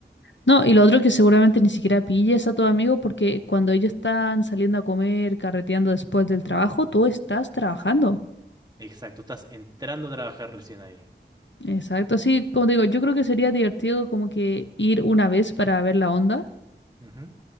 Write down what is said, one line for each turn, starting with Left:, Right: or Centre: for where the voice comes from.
Left: No, y lo otro que seguramente ni siquiera pilles a tu amigo porque cuando ellos están saliendo a comer, carreteando después del trabajo, tú estás trabajando.
Right: Exacto, estás entrando a trabajar recién ahí.
Left: Exacto, sí, como te digo, yo creo que sería divertido como que ir una vez para ver la onda,
Right: Ujú.